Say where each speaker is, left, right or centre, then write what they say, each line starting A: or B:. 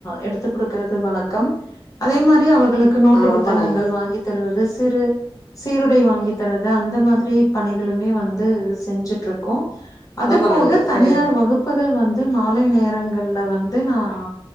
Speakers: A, on the left (about 35°); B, on the left (about 60°).
A: எடுத் துக் கொடுக்கிறது வழக்கம் அதே மாரி அவர் களுக்கு நோட்டு
B: ஆ
A: புத்தகங்கள்
B: ரொம்ப நல்லது
A: வாங்கி தருவது சிறு சீருடை வாங்கி தரது அந்த மாதிரி பணிகளுமே வந்து செஞ்சுட்டுருக்கோம் அது
B: ரொம்ப
A: போக
B: நல்லது
A: தனியார்
B: ம்
A: வகுப்பு வகுப்புகள் வந்து மாலை நேரங்கள்ல வந்து நான்